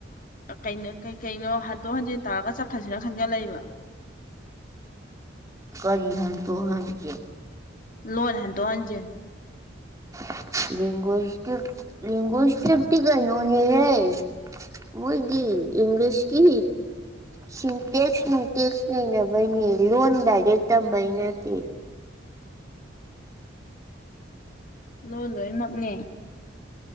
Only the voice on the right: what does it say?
ꯀꯔꯤ ꯍꯥꯏꯟ ꯇꯣ ꯍꯟ ꯀꯦ
<inaudible> ꯂꯒꯣꯁꯀꯤ ꯂꯒꯨꯁꯀꯤꯤꯐꯇꯤ ꯀꯅꯤ ꯍꯥꯏ ꯃꯣꯏ ꯒꯤ ꯏꯪꯂꯤꯁꯀꯤ ꯁꯤ ꯇꯦꯛꯁ ꯅꯨꯡ ꯇꯦꯛꯁ ꯂꯩꯅꯕꯩꯅꯦ ꯂꯣꯟ ꯗꯥꯏꯔꯦꯛ ꯇꯝꯕꯩ ꯅꯠꯇꯦ